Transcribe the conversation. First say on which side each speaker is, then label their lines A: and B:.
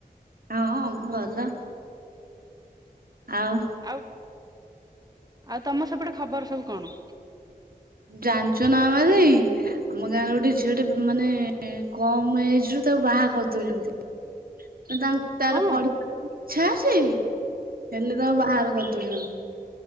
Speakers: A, on the right; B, on the right.
A: ହଁ ମୁଁ ଭଲ, ଆଉ
B: ଆଉ ଆଉ ତୋମ ସେପଟେ ଖବର ସବୁ କଣ?
A: ଜାଣିଛ ନା ମାମାଦେଇ ଆମ ଗାଁ ରେ ଗୋଟେ ଝିଅଟେ ମାନେ କମ୍ ଏଜ୍ ରୁ ତାକୁ ବାହା କରିଦଉଛନ୍ତି। ତାଙ୍କ ତାର
B: ହଁ
A: ପଢି <inaudible> ଚ୍ଛା ଅଛି ହେଲେ ତାକୁ ବାହାଘର କରିଦଉଚନ୍ତି।